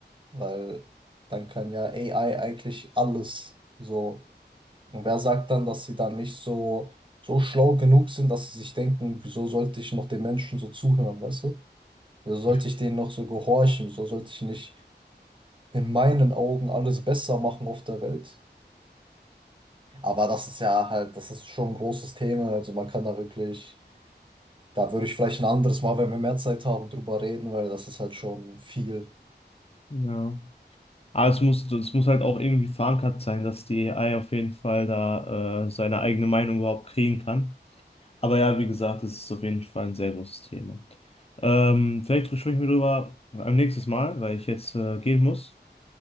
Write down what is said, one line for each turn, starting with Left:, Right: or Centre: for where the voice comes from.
Right: Weil dann kann ja AI eigentlich alles so. Und wer sagt dann, dass sie dann nicht so, so schlau genug sind, dass sie sich denken, wieso sollte ich noch den Menschen so zuhören, weißt du? Wieso sollte
Left: Ich,
Right: ich denen noch so gehorchen? Wieso sollte ich nicht in meinen Augen alles besser machen auf der Welt? Aber das ist ja halt, das ist schon ein großes Thema. Also man kann da wirklich, da würde ich vielleicht ein anderes Mal, wenn wir mehr Zeit haben, drüber reden, weil das ist halt schon viel.
Left: ja. Aber es muss, es muss halt auch irgendwie verankert sein, dass die AI auf jeden Fall da äh, seine eigene Meinung überhaupt kriegen kann. Aber ja, wie gesagt, es ist auf jeden Fall ein sehr großes Thema. Ähm, vielleicht sprechen wir darüber am nächsten Mal, weil ich jetzt äh, gehen muss.